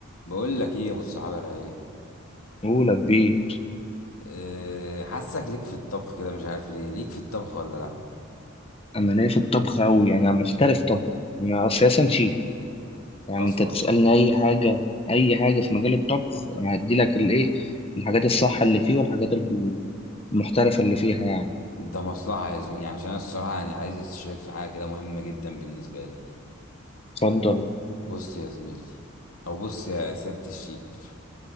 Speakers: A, on the left; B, on the left.
A: بقول لك ايه يا ابو الصحابه يا رايق
B: أولى كبير
A: أه حاسك ليك في الطبخ كده مش عارف ليه ليك في الطبخ ولا لا
B: أنا ليا في الطبخ أوي يعني أنا محترف طبخ أنا أساسا شيف يعني
A: اصلا
B: أنت تسألني أي حاجة أي حاجة في مجال الطبخ هديلك الإيه الحاجات الصح اللي فيه والحاجات المحترفة اللي فيها يعني
A: ده مصلحه يا زميلي عشان أنا الصراحه يعني عايز استشيرك في حاجه كده مهمه جدا بالنسبه لي
B: اتفضل
A: بص يا زميلي او بص يا سياده الشيف